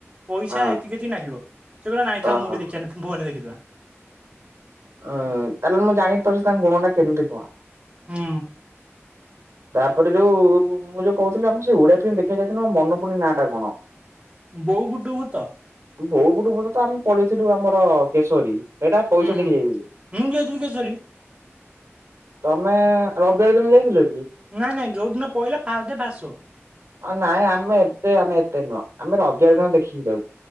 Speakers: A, on the right (about 25°); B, on the right (about 65°).
A: ପଇସା
B: ହଁ।
A: ଏତିକି ଏତିକି ନାଗିବ ସେ କହିଲ ନାଇଁ
B: ଓହୋ
A: ଥାଉ ମୁଭି ଦେଖିଆ ନି ଫୋନରେ ଦେଖିଦବା।
B: ଉ ତାହେଲେ ମୁଁ ଜାଣି ପାରୁଛି ତାଙ୍କ ଗୁଣଟା କେମିତି କଣ।
A: ହୁଁ।
B: ତାପରେ ଯୋଉ ମୁଁ ଯୋଉ କହୁଥିଲି ଆମ ସେଇ ଓଡିଆ ଫିଲ୍ମ ଦେଖିବାକୁ ଯାଇଥିଲୁ ଆଉ ମନ ପଡୁନି ନାଁ ଟା କଣ?
A: ବୋଉ ବୁଟୁ ଭୂତ।
B: ବୋଉ ବୁଟୁ ଭୂତ ତ ଆମେ ପଳେଇଥିଲୁ ଆମର କେଶରୀ। ଏଇଟା ପଇସା
A: ହୁଁ ହୁଁ
B: ଦେଇକି ଯାଇଥିଲୁ।
A: ମୁଁ ବି ଯାଇଥିଲି କେଶରୀ
B: ତମେ ରବିବାର ଦିନ ଯାଇଥିଲ କି?
A: ନାଇଁ ନାଇଁ ଯୋଉ ଦିନ ପଇଲା ଫାଷ୍ଟ ଡେ ଫାଷ୍ଟ ଶୋ।
B: ନାଇଁ ଆମେ ଏବେ ଆମେ ଏତେ ନୁହଁ। ଆମେ ରବିବାର ଦିନ ଦେଖିକି ଯାଉ।